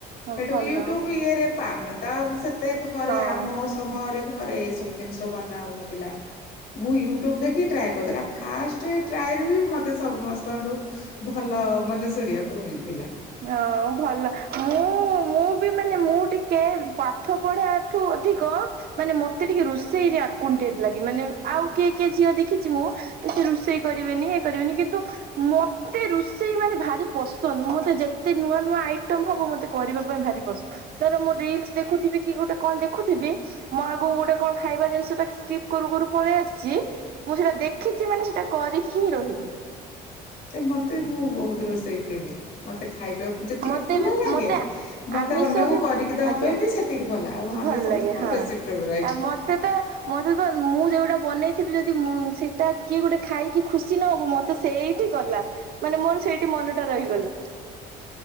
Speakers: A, on the right; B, on the left.
A: ହଁ
B: ସେଠୁ
A: ଭଲ
B: ୟୁଟ୍ୟୁବ୍ ଇଏରେ ପାମେ ତ ଆଉ ସେତେ ଘରେ
A: ହଁ
B: ଆମ ସମୟରେ ଘରେ ଏ ସବୁ ଜିନିଷ ବନା ହଉନଥିଲା। ମୁଁ ୟୁଟ୍ୟୁବ୍ ଦେଖି ଟ୍ରାଏ କରିଦେଲି ଫାଷ୍ଟ ଟ୍ରାଏ ହୁଁ ମ ମତେ ସମସ୍ତଙ୍କଠୁ ଭଲ ମାନେ ଶୁଣିବାକୁ ମିଳିଥିଲା।
A: ହଁ ଭଲ ମୁଁ ମୁଁ ବି ମାନେ ମୁଁ ଟିକେ ପାଠ ପଢା ଠୁ ଅଧିକ ମାନେ ମତେ ଟିକେ ରୋଷେଇରେ ଆକ୍ୱେଣ୍ଟେଡ୍ ଲାଗେ ମାନେ ଆଉ କିଏ କିଏ ଝିଅ ଦେଖିଚି ମୁଁ କିଛି ରୋଷେଇ କରିବେନି ଏଇ କରିବେନି କିନ୍ତୁ ମତେ ରୋଷେଇ ମାନେ ଭାରି ପସନ୍ଦ ମତେ ଯେ ଏତେ ନୂଆ ନୂଆ ଆଇଟମ୍ ହବ ମତେ କରିବା ପାଇଁ ଭାରି ପସନ୍ଦ ଧର ମୋ ରିଲ୍ ଦେଖୁଥିବି କି ଗୋଟେ କଣ ଦେଖୁଥିବି ମୁଁ ଆଗକୁ ଗୋଟେ କଣ ଖାଇବା ଜିନିଷ ଟା ସ୍କିପ୍ କରୁ କରୁ ପଳେଇ ଆସିଛି। ମୁଁ ସେଇଟା ଦେଖିଛି ମାନେ ସେଇଟା କରିକି ହିଁ ରହିବି।
B: ମତେ ବି ମୁଁ ବହୁତ ରୋଷେଇ ପ୍ରେମୀ ମତେ ଖାଇବାକୁ ଯେତିକି
A: ମତେ
B: ଭଲ
A: ବି
B: ଲାଗେ
A: ମତେ
B: ମତେ
A: ଆମିଷ
B: ଅନ୍ୟକୁ
A: ବି
B: କରିକି ଦବା
A: ଆଜ୍ଞା
B: ପାଇଁ ବି ସେତିକି ଭଲ ଆଉ ଆମିଷ
A: ଭଲ
B: ହେଉଛି
A: ଲାଗେ
B: ମୋର
A: ହଁ।
B: ବେଶୀ ଫେବରାଇଟ।
A: ଆଉ ମୋତେ ତ ମତେ ତ ମୁଁ ଯେଉଟା ବନେଇଥିବି ଯଦି ସେଇଟା କିଏ ଗୋଟେ ଖାଇକି ଖୁସି ନହବ ମତେ ତ ସେଇଠି ଗଲା ମାନେ ମୋର ସେଇଠି ମନ ଟା ରହିଗଲା।